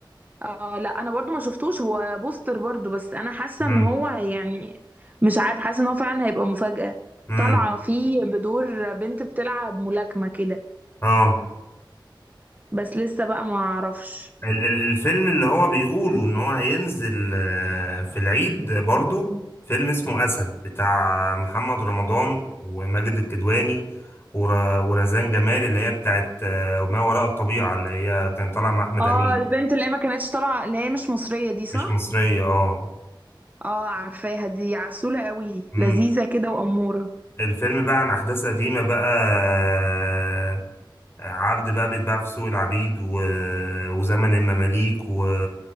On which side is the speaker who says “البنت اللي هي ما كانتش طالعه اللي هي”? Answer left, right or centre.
Right